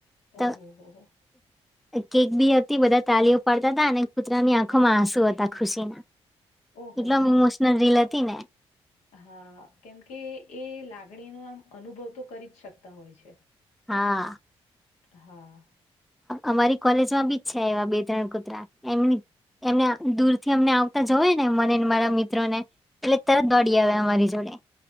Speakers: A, in the centre; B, on the left.
A: તો
B: ઓહ હો
A: કેક બી હતી બધા તાલીઓ પાડતા હતા અને કૂતરાની આંખોમાં આંસુ હતા ખુશી
B: ઓહો
A: એટલો
B: હો
A: એમ ઇમોશનલ
B: હો
A: રીલ હતી ને
B: હા કેમકે એ લાગણીનો આમ અનુભવ તો કરી જ શકતા હોય છે.
A: હા.
B: હા
A: અમારી કોલેજમાં બી જ છે એવા બે ત્રણ કુતરા એમન એમને દૂર થી અમને આવતા જોઈ ને મનેને મારા મિત્રોને એટલે તરત દોડી
B: એ
A: આવે અમારી જોડે.